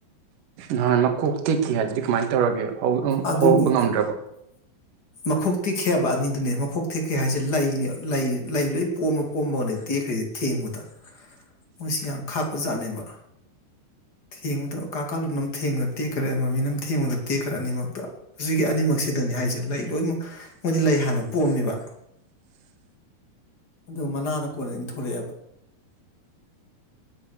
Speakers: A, on the right; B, on the left.
A: ꯅꯍꯥꯟ ꯃꯈꯣꯛ ꯇꯦꯛꯈꯤ ꯍꯥꯏ ꯑꯗꯨꯗꯤ ꯀꯃꯥꯏꯅ ꯇꯧꯔꯒꯦ
B: ꯑꯗꯨꯅꯤ
A: ꯍꯧꯔꯛꯄ ꯉꯝꯗ꯭ꯔꯕꯣ
B: ꯃꯈꯣꯛ ꯇꯦꯛꯈꯤ ꯍꯥꯢꯕ ꯑꯅꯤꯗꯨꯅꯦ ꯃꯈꯣꯛ ꯇꯦꯛꯈꯤ ꯍꯥꯏꯁꯦ ꯂꯩꯅꯤ ꯂꯩ ꯂꯣꯏ ꯄꯣꯝꯃ ꯄꯣꯝꯃꯒꯅꯦ ꯇꯦꯛꯈ꯭ꯔꯦꯁꯦ ꯊꯦꯡꯕꯗ ꯃꯣꯏꯁꯤ ꯌꯥꯝ ꯈꯥꯛꯄ ꯖꯥꯠꯅꯦꯕ ꯊꯦꯡꯕꯗ ꯀꯥ ꯀꯥꯂꯨꯅ ꯑꯃ ꯊꯦꯡꯕ ꯇꯦꯛꯈ꯭ꯔꯦ ꯃꯃꯤꯅ ꯑꯃ ꯊꯦꯡꯕꯗ ꯇꯦꯛꯈ꯭ꯔꯦ ꯑꯅꯤꯃꯛꯇ ꯁꯤꯒꯤ ꯑꯅꯤꯃꯛꯁꯤꯗꯅꯤ ꯍꯥꯏꯁꯦ ꯂꯩ ꯂꯣꯏꯅꯃꯛ ꯃꯣꯏꯗꯤ ꯂꯩ ꯍꯥꯟꯅ ꯄꯣꯝꯃꯦꯕ ꯑꯗꯨ ꯃꯅꯥꯅ ꯀꯣꯟꯅ ꯏꯟꯊꯣꯔꯛꯑꯦꯕ